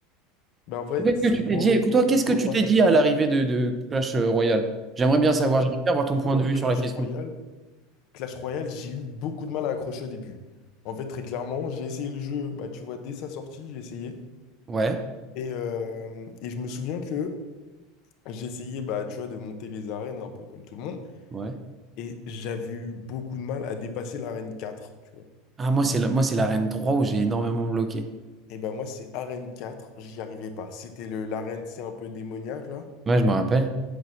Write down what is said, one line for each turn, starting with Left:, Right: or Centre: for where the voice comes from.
Left: Ben en vrai,
Right: Qu'est-ce
Left: c'est
Right: que tu t'es
Left: beau.
Right: dit? Écoute, toi, qu'est-ce
Left: C'est beau
Right: que tu
Left: parce
Right: t'es dit à l'arrivée de, de Clash euh, Royale? J'aimerais bien savoir,
Left: que moi,
Right: j'aimerais bien avoir ton
Left: c'est
Right: point
Left: vrai que
Right: de vue
Left: Clash
Right: sur la question.
Left: Royale. Clash Royale, j'ai eu beaucoup de mal à accrocher au début. En fait, très clairement, j'ai essayé le jeu, bah, tu vois, dès sa sortie, j'ai essayé.
Right: Ouais,
Left: Et, euh, et je me souviens que j'essayais, bah, tu vois, de monter les arènes un peu comme tout le monde.
Right: ouais.
Left: Et j'avais eu beaucoup de mal à dépasser l'arène 4, tu vois.
Right: Ah, moi, c'est la- moi, c'est l'arène 3 où j'ai énormément bloqué.
Left: Et bah moi, c'est arène 4, j'y arrivais pas. C'était le l'arène, c'est un peu démoniaque, là.
Right: Ouais, je me rappelle.